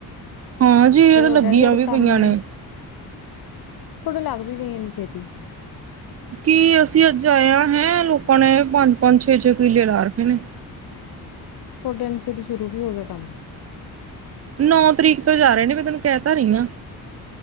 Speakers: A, on the right; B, on the left.
A: ਹਾਂ ਜੀਰੀਆਂ
B: ਜੇ
A: ਤਾਂ
B: ਤੁਹਾਡੇ
A: ਲੱਗੀਆਂ
B: ਆਲੀ ਸਾਇਡ
A: ਵੀ
B: ਕੰਮ,
A: ਪਈਆਂ ਨੇ।
B: ਥੋਡੇ ਲੱਗ ਵੀ ਗਈ ਇੰਨੀ ਛੇਤੀ,
A: ਕੀ ਅਸੀਂ ਅੱਜ ਆਇਆ ਹੈਂ ਲੋਕਾਂ ਨੇ ਪੰਜ-ਪੰਜ ਛੇ-ਛੇ ਕਿਲੇ ਲਾ ਰੱਖੇ ਨੇ।
B: ਥੋਡੇ ਇੰਨੀ ਛੇਤੀ ਸ਼ੁਰੂ ਵੀ ਹੋ ਗਿਆ ਕੰਮ,
A: ਨੌ ਤਰੀਕ ਤੋਂ ਜਾ ਰਹੇ ਨੇ ਮੈਂ ਤੈਨੂੰ ਕਹਿ ਤਾ ਰਹੀ ਹਾਂ।